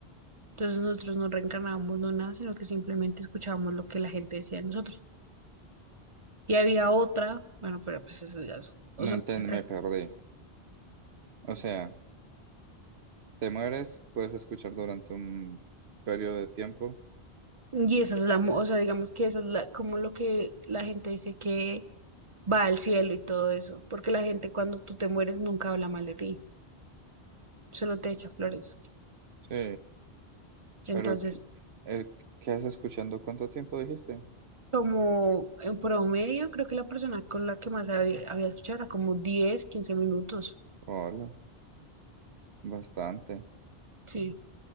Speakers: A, on the right; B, on the right.
A: Entonces nosotros no reencarnábamos, no nada, sino que simplemente escuchábamos lo que la gente decía de nosotros. Y había otra, bueno, pero pues eso ya es, o
B: No
A: sea,
B: entiendo,
A: está-
B: me perdí. O sea, te mueres, puedes escuchar durante un periodo de tiempo.
A: y esa es la, mu- o sea, digamos que esa es la, como lo que la gente dice que va al cielo y todo eso, porque la gente cuando tú te mueres nunca habla mal de ti, solo te echa flores.
B: Sí.
A: Entonces,
B: Pero, ¿qué, el- qué haces escuchando? ¿Cuánto tiempo dijiste?
A: como en promedio, creo que la persona con la que más había, había escuchado era como 10 15 minutos.
B: Hola, bastante.
A: Sí.